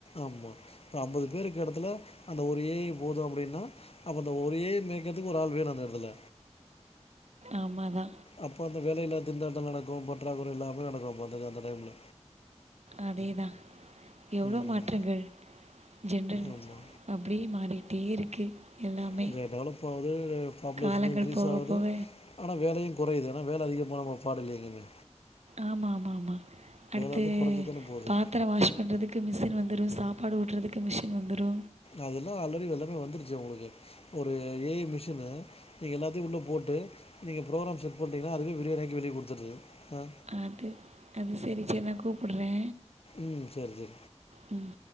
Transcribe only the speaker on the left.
ஆமா இப்ப ஐம்பது பேருக்கு எடத்துல அந்த ஒரு ஏ ஐ போது அப்டின்னா அப்ப அந்த ஒரு ஏ ஐ மேய்க்கறத்துக்கு ஒரு ஆள்‌ வேனு அந்த எடத்துல
அப்ப அந்த வேலையில்லா திண்டாட்டந்தா நடக்கு பற்றாக்குறை எல்லாமே நடக்கு அப்ப அந்த டைம்ல
ம்.
ஆமா.
கொஞ்ச டெவலப் ஆவுது பாப்புலேஷன்னு
இன்க்ரீஸ்
ஆவுது
ஆனா வேலையு குறையுது ஆனா வேலை அதிகமான பாடல்லயே எங்கமே
வந்து குறைஞ்சி தானே போகுது
அதெல்லா ஆல்ரெடி எல்லாமே வந்துருச்சே உங்களுக்கு ஒரு ஏ ஐ மிஷினு நீங்க எல்லாத்தையு உள்ளே போட்டு நீங்க ப்ரோக்ராம் செட் பண்டீங்கன்னா அதுவே <unintelligible> வெளியே குடுத்துருறது ஆ
ம் செரி செரி